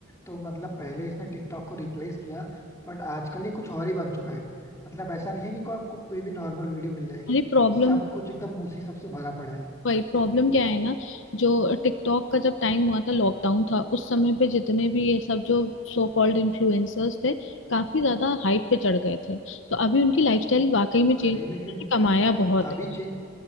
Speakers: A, on the left; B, on the left.
A: तो मतलब पहले इसने टिकटॉक को रिप्लेस किया बट आजकल ये कुछ और ही बन चुका है मतलब ऐसा नहीं है कि को आपको कोई भी नॉर्मल वीडियो मिल जाएगी
B: अरे प्रॉब्लम
A: सब कुछ एकदम उसी सबसे भरा पड़ा है
B: वही प्रॉब्लम क्या है ना जो टिकटॉक का जब टाइम हुआ था लॉकडाउन था उस समय पे जितने भी ये सब जो सो कॉल्ड इन्फ्लुएंसर्स थे काफी ज्यादा हाइप पे चढ़ गए थे तो अभी उनकी लाइफस्टाइल वाकई में चेंज
A: अरे लेकिन
B: कमाया बहुत
A: अभी
B: है
A: चेंज